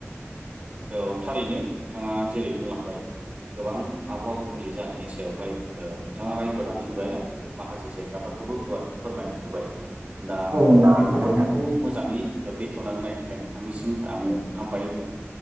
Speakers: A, on the right; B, on the right.
A: औ थारैनो नोंथाङा जेरै बुंलांबाय गोबां आबहावा गुबुंले जानायनि सायावहाय नोंथाङा रायफोरनानै होबाय आरो माखासे जेंनाफोरखौबो फोरमायनानै होबाय दा
B: औ नोंथां
A: बेफोर बाथ्राखौ
B: थारैनो
A: मोजाङै बेखेवना होनायनि थाखाय आंनिसिम आङो हामबाय होनदों